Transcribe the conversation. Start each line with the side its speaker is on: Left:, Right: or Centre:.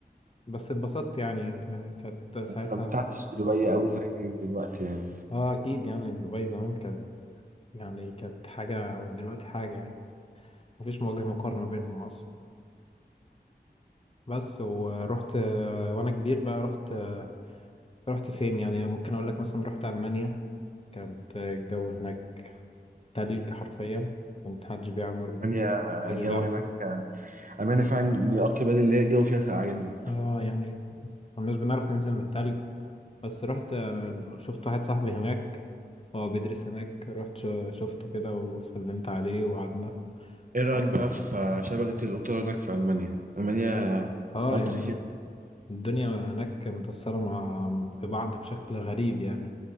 Left: بس اتبسطت يعني ك- كانت ساعتها
Right: ما استمتعتش بدبي أوي زي دلوقتي يعني
Left: اه أكيد يعني دبي زمان كانت يعني كانت حاجة ودلوقتي حاجة يعني مفيش وجه مقارنة بينهم أصلا بس ورحت آه، وأنا كبير بقى رحت آه، رحت فين يعني ممكن أقول لك مثلا رحت ألمانيا كانت الجو هناك تلج حرفيا كان محدش بيعمل
Right: ألمانيا
Left: محدش
Right: الجو
Left: بيعرف
Right: هناك أمانة فعلا من أكتر البلاد اللي هي الجو فيها ساقعة جدا
Left: اه يعني مش بنعرف ننزل من التلج بس رحت آه، شفت واحد صاحبي هناك هو بيدرس هناك رحت شو- شفته كده وسلمت عليه وقعدنا
Right: ايه رايك
Left: قعدت-
Right: بقى في شبكه القطار هناك في المانيا المانيا
Left: اه
Right: القطر
Left: يعني
Right: فيها
Left: الدنيا هناك متأثرة مع ببعض بشكل غريب يعني